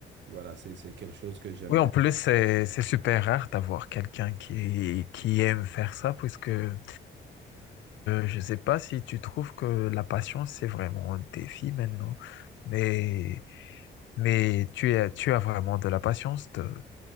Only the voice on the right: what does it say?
voilà, c'est c'est quelque chose que j'aime
bien.